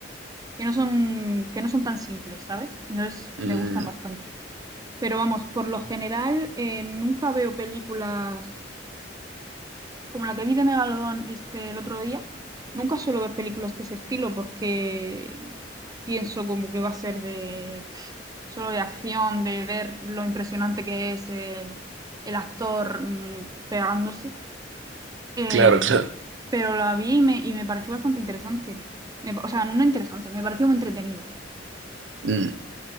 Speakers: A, on the right; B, on the right.
A: que no son, que no son tan simples, ¿sabes? Entonces me
B: Mm,
A: gustan bastante. Pero vamos, por lo general eh, nunca veo películas como la que vi de Megalodón este, el otro día. Nunca suelo ver películas de ese estilo porque pienso como que va a ser de pf, solo de acción, de ver lo impresionante que es el, el actor mm, pegándose. Eh,
B: claro, claro.
A: pero la vi y me, y me pareció bastante interesante. Me pa- o sea, no interesante, me pareció muy entretenida.
B: Mm,